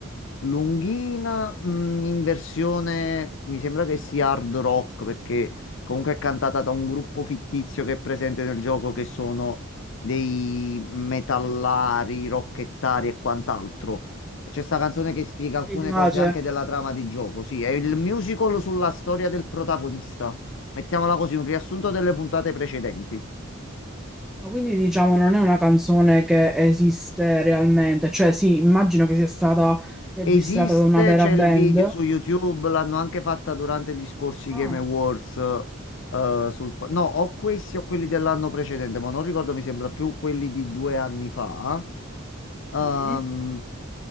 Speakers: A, on the left (about 60°); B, in the centre.
A: Lunghina, mh, in versione mi sembra che sia hard rock perché comunque è cantata da un gruppo fittizio che è presente nel gioco che sono dei metallari, rockettari e quant'altro. C'è sta canzone che spiega alcune
B: Mi piace.
A: cose anche della trama di gioco. Sì, è il musical sulla storia del protagonista. Mettiamola così, un riassunto delle puntate precedenti.
B: Ma quindi diciamo non è una canzone che esiste realmente, cioè sì, immagino che sia stata registrata
A: Esiste,
B: da una vera
A: c'è
B: band.
A: il video su YouTube, l'hanno anche fatta durante gli scorsi
B: Ah,
A: Game Awards. eh, sul... pa- No, o questi o quelli dell'anno precedente, ma non ricordo, mi sembra più quelli di due anni fa. Ehm,
B: mhm,